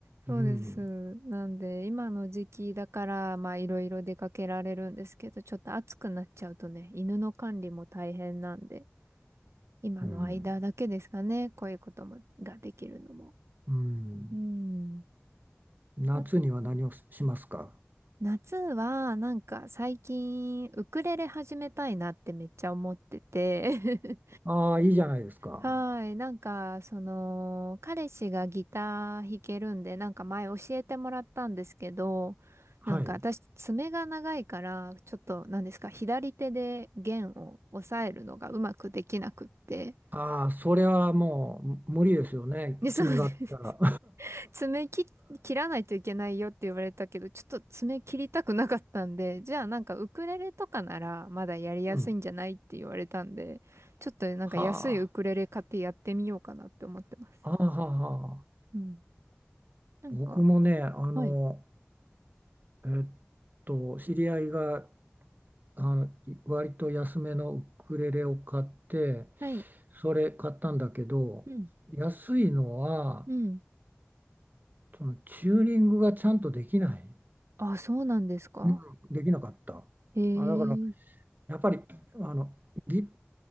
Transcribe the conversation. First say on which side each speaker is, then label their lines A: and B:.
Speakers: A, on the right (about 90°); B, on the right (about 45°).
A: そうです。
B: うん、
A: なんで、今の時期だから、まあ、いろいろ出かけられるんですけど、ちょっと暑くなっちゃうとね、犬の管理も大変なんで、今の間だけですかね、
B: うん。
A: こういうことも、ができるのも。
B: うん。
A: うん。
B: 夏には何をししますか
A: あ、夏は、なんか最近、ウクレレ始めたいなってめっちゃ思ってて
B: ああ、いいじゃないですか。
A: はーい。なんか、その、彼氏がギター弾けるんで、なんか前教えてもらったんですけど、
B: はい。
A: なんか私、爪が長いから、ちょっと、なんですか、左手で弦を押さえるのがうまくできなくって。
B: ああ、それはもう無理ですよね、
A: で、そうです。
B: 爪があったら。
A: <laughs> 爪切、切らないといけないよって言われたけど、ちょっと爪切りたくなかったんで、じゃあなんかウクレレとかならまだやりやすいんじゃないって言われたんで、
B: <laughs> うん。
A: ちょっとなんか安いウクレレ買ってやってみようかなって思ってます。
B: はあ。はあはあはあ、
A: うん。なんか、
B: 僕もね、あの、
A: はい。
B: えっと、知り合いがあのい割と安めのウクレレを買って、
A: はい。
B: それ買ったんだけど、
A: うん。
B: 安いのは、
A: うん。
B: そのチューニングがちゃんとできない、
A: あ、そうなんですか
B: うん、できなかった。
A: へ
B: あ、だから、
A: え。
B: やっぱり、あの、ギ